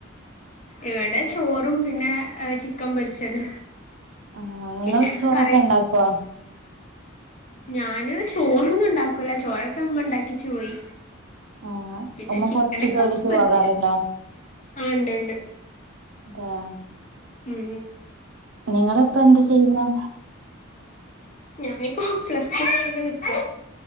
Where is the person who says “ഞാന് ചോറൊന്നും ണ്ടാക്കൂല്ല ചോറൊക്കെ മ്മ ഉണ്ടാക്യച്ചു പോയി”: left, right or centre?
Left